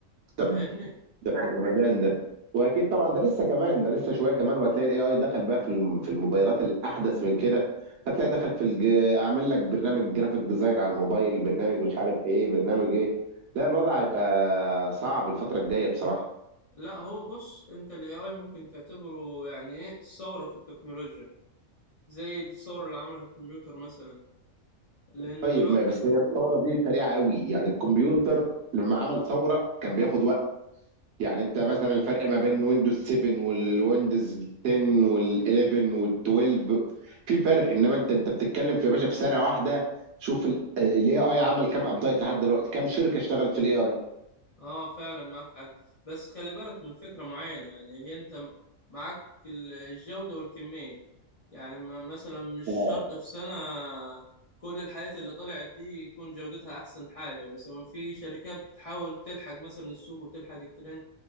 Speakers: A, on the right; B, on the left.
A: طب
B: فاهمني
A: ده ده جمدان ده واكيد طبعا ده لسه كمان ده لسه شويه كمان وهتلاقي الاي اي دخل بقى في الم- في الموبايلات الاحدث من كده هتلاقي دخل في الج... عامل لك برنامج جرافيك ديزاين على الموبايل برنامج مش عارف ايه برنامج ايه لا الوضع هيبقى صعب الفتره الجايه بصراحه
B: لا هو بص انت الاي اي ممكن تعتبره يعني ايه ثوره في التكنولوجيا زي الثوره اللي عملها الكمبيوتر مثلا لانه
A: طيب
B: دلوقتي
A: ما بس هي الثوره دي سريعه قوي يعني الكمبيوتر لما عمل ثوره كان بياخد وقت يعني انت مثلا الفرق ما بين ويندوز 7 والويندوز 10 وال11 وال12 في فرق انما انت انت بتتكلم في يا باشا في سنه واحده شوف الاي اي عمل كام ابديت لحد دلوقتي كام شركه اشتغلت في الاي اي
B: اه فعلا معاك حق بس خلي بالك من فكره معينه يعني هي انت معاك ال- الجوده والكميه يعني م- مثلا مش
A: اه
B: شرط في سنه كل الحاجات اللي طلعت دي يكون جودتها احسن حاجه مثلا في شركات بتحاول تلحق مثلا السوق وتلحق الترند